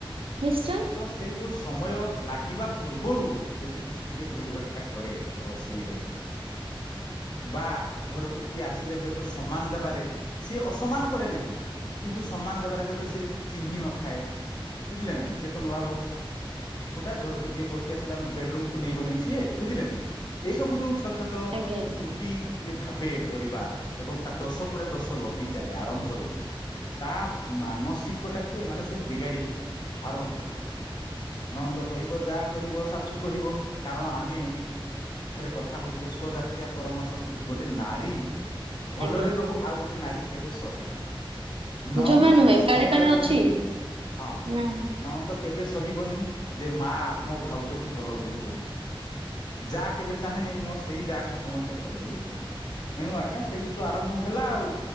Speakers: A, on the right; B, on the left.
A: ନିଶ୍ଚୟ
B: ତ ସେଇ ଯୋଉ ସ ସମୟ ଲାଗିବା ପୂର୍ବରୁ ଯଦି କିଛି ଟିକେ ଭୁଲ ଭଟକା କରେ ରୋଷେଇରେ ବା ଘରକୁ କିଏ ଆସିଲେ ହୁଏତ ସମାନ ଦେବାରେ ସି ଅସମାନ କରେ ନାହିଁ କିନ୍ତୁ ସମାନ ଦେବାରେ ହୁଏତ ସ ଚିହ୍ନି ନଥାଏ ବୁଝିଲେ ନେ ନାହିଁ ସେ ତ ନୂଆ ବୋହୁ ହୁଟା ଘରକୁ ଯିଏ ପଶି ଆସିଲା ବେଡରୁୁମକୁୁ ନେଇବନେଇ ସିଏ ବୁଝିଲେ ଲେ ନାଇଁ ଏସବୁ ଯୋଉ ଛୋଟ ଛୋଟ
A: ଆଜ୍ଞା ଆଜ୍ଞା
B: ତ୍ରୁଟି ଯେ ଭାବେ ପରିବାର ଏବଂ ତାକୁ ଦୋଷ ପରେ ଦୋଷ ଲଦି ଚାଲେ ଆରମ୍ଭରୁ ହିଁ ତା ମାନସିକ ଟାକୁ ଏମାନେ ସବୁ ବିଗାଡି ପକାନ୍ତି ଆରମ୍ଭରୁ ହିଁ ନଣନ୍ଦ କହିବ ଜା କହିବ ଶାଶୁ କହିବ କାରଣ ଆମେ ଥରେ କଥା ହଉଥିଲେ ସ୍ଵଜାତୀୟା ପରମ ଶତ୍ରୁ ଗୋଟେ ନାରୀ ଭଲରେ
A: ଆଜ୍ଞା
B: ରହୁ ଆଉ ଗୋ ଟେ ନାରୀ କେବେ ସହେ ନାହିଁ। ନଣନ୍ଦ
A: ଜମା ନୁହେଁ
B: କେବେ ସହିପାରିବ
A: କାଳେ କାଳେ ଅଛି
B: ନାହିଁ ହଁ
A: ନା ନା ନା।
B: ନଣନ୍ଦ କେବେ ସହିବନି ଯେ ମା ମୋ ଭାଉଜକୁ ଭଲ ବୋଲି କହୁ ଯାଆ କେବେ ଚାହେଁ ନେଇ ମୋ ସେଇ ଯାହାକୁ ସମସ୍ତେ ଭଲ ବୋଲି କୁହନ୍ତୁ ଏଣୁ ଆଜ୍ଞା ସେଇଠୁ ତ ଆରମ୍ଭ ହେଲା ଆଉ